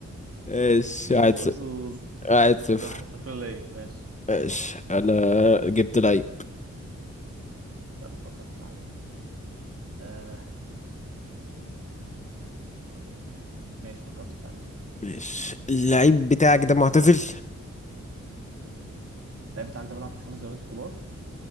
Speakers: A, on the left; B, on the right.
A: ماشي
B: مش
A: واحد
B: بالحظوظ
A: صفر واحد صفر
B: كده واحد صفر ليا ماشي
A: ماشي انا جبت لعيب
B: استنى افكر في لعيب آه ماشي فكرت في لعيب
A: ماشي اللعيب بتاعك ده معتزل
B: اللعيب بتاعك ده بيلعب في الخمس دوريات الكبار